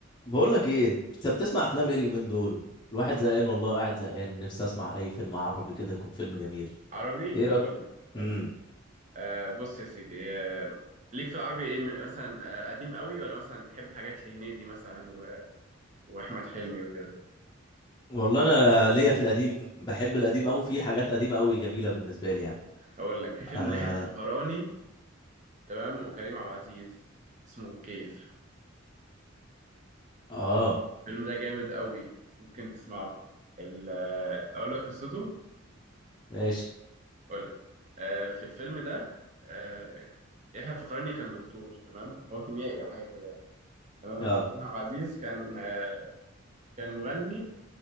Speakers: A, on the left; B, on the right.
A: بقول لك ايه انت بتسمع افلام ايه اليومين دول الواحد زهقان والله قاعد زهقان نفسي اسمع اي فيلم عربي كده يكون فيلم جميل
B: عربي
A: ايه رايك
B: اقول لك اقول
A: امم
B: لك آه بص يا سيدي آه ليك في العربي ايه م- مثلا آه قديم قوي ولا مثلا تحب حاجات لهنيدي مثلا و... واحمد حلمي وكده
A: والله انا ليا في القديم بحب القديم قوي في حاجات قديمه قوي جميله بالنسبه لي يعني
B: اقول لك في فيلم
A: اه
B: ليحيى الفخراني تمام وكريم عبد العزيز اسمه الكيف
A: اه
B: الفيلم ده جامد قوي ممكن تسمعه ال... آه، اقول لك قصته
A: ماشي
B: اقول لك آه في الفيلم ده آه يحيى الفخراني كان دكتور تمام هو كيميائي او حاجه كده يعني. تمام
A: اه
B: وكريم عبد العزيز كان آه كان مغني